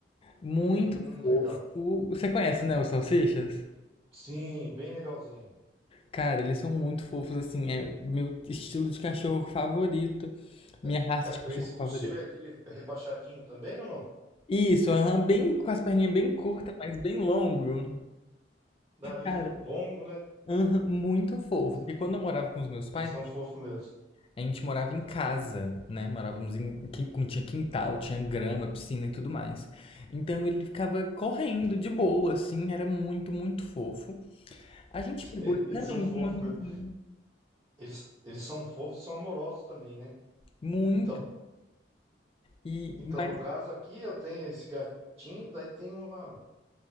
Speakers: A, on the left (about 30°); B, on the right (about 20°).
A: muito
B: Hum,
A: fofo.
B: legal.
A: Você conhece, né, os salsichas?
B: Sim, bem legalzinho.
A: Cara, eles são muito fofos, assim, é meu estilo de cachorro favorito, minha
B: É, que-
A: raça
B: é-
A: de cachorro
B: esse- o
A: favorita.
B: seu é aquele rebaixadinho também ou não?
A: Isso, aham, bem com as perninhas bem curtas, mas bem longo.
B: Nariz
A: Cara,
B: longo, né?
A: aham, muito fofo.
B: Eles,
A: Porque quando eu morava com os meus pais,
B: eles são fofos mesmo.
A: A gente morava em casa, né? Morávamos em. quin- com- Tinha quintal, tinha grama, piscina e tudo mais. Então ele ficava correndo de boa, assim, era muito, muito fofo. A gente
B: <laughs>
A: pegou ele
B: Eles
A: também
B: são fofos
A: de uma vizinha.
B: mesmo. Eles, eles são fofos e são amorosos também, né?
A: Muito.
B: Então,
A: E,
B: então,
A: mas,
B: no caso aqui, eu tenho esse gatinho, daí tem uma,